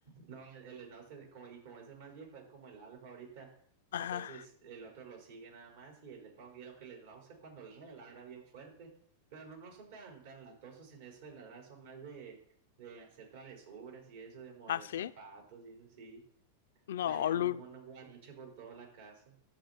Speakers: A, on the right; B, on the left.
A: No, el, el Snauzer, como, y como es el más viejo, es como el alfa ahorita.
B: Ajá.
A: Entonces el otro lo sigue nada más y, el, y aunque el Snauzer cuando ladra, ladra bien fuerte. Pero no, no son tan, tan latosos en eso de ladrar, son más de, de hacer travesuras y eso, de morder
B: ¿Ah, sí?
A: zapatos y eso sí.
B: No,
A: Traían
B: Lu-
A: un, un guarache por toda la casa.